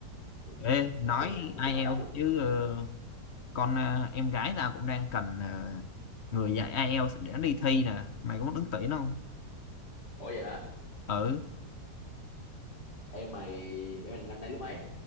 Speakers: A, on the left (about 75°); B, on the left (about 50°).
A: ừ,
B: ê nói
A: công việc nào cũng
B: IELTS
A: phải có áp lực
B: chứ
A: thì
B: ờ,
A: mới-
B: con ờ, em gái tao cũng đang cần ờ, người dạy IELTS để đi thi nè mày có muốn ứng tuyển không
A: ủa vậy hả
B: ừ
A: em mày em mày năm nay lớp mấy